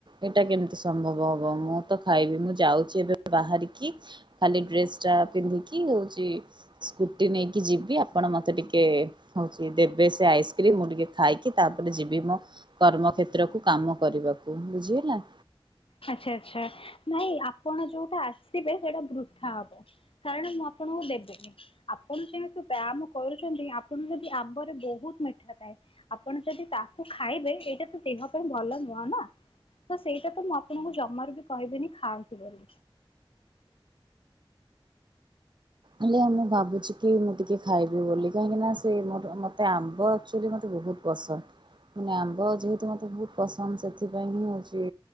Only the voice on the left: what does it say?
ଆଚ୍ଛା ଆଚ୍ଛା ନାଇଁ ଆପଣ ଯୋଉଟା ଆସିବେ ସେଇଟା ବୃଥାା ହବ, କାରଣ ମୁଁ ଆପଣଙ୍କୁ ଦେବନି, ଆପଣ ଯେହେତୁ ବ୍ୟାୟାମ କରୁଛନ୍ତି ଆପଣ ଯଦି ଆମ୍ବରେ ବହୁତ ମିଠା ଥାଏ, ଆପଣ ଯଦି ତାକୁ ଖାଇବେ ଏଇଟା ତ ଦେହ ପାଇଁ ଭଲ ନୁହଁ ନା ତ ସେଇଟା ତ ମୁଁ ଆପ ଆପଣକୁ ଜମାରୁ ବି କହିବିନି ଖାଆନ୍ତୁ ବୋଲି।